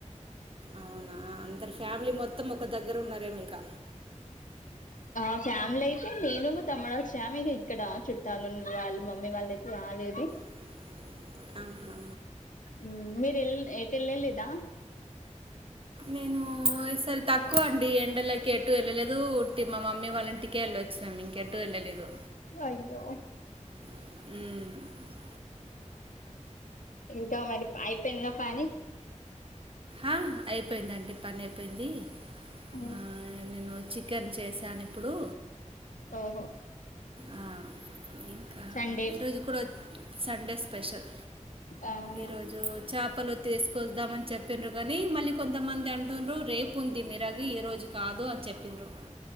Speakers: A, on the right; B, on the left.
A: అవునా అంతరు ఫ్యామిలీ మొత్తం ఒక దగ్గర ఉన్నారే ఇక
B: మా ఫ్యామిలీ అయితే నేను మా తమ్మడు వచ్చాము ఇక ఇక్కడ చుట్టాలు ఉన్నారు మమ్మీ వాళ్ళ అయితే రాలేదు.
A: <inaudible> ఆహా.
B: ఉమ్ మీరు వెళ్ళ ఎ ఎటు వెళ్ళలేదా
A: నేను ఈసారి తక్కువ అండి ఎండలకి ఎటు వెళ్ళలేదు ఉట్టి మా మమ్మీ వాళ్ళ ఇంటికే వెళ్ళొచ్చినాం ఇంకెటు వెళ్ళలేదు.
B: అయ్యో
A: ఉమ్
B: ఇంకా మరి అయిపోయిందా పని
A: ఆ అయిపోయిందండి పని అయిపోయింది.
B: ఉమ్
A: ఆ, నేను చికెన్ చేశాను ఇప్పుడు.
B: ఓహో
A: ఆ, ఇంకా
B: సండే
A: ఈరోజు కూడా సండేస్ స్పెషల్
B: ఆ
A: ఈరోజు చేపలు తీసు కోదాం అని చెప్ప్రారు కాగానీ మళ్ళీ కొంతమంది అంటున్నారు. రేపు ఉంది మీరాగి ఈ రోజు కాదు అని చెప్పిండ్రు.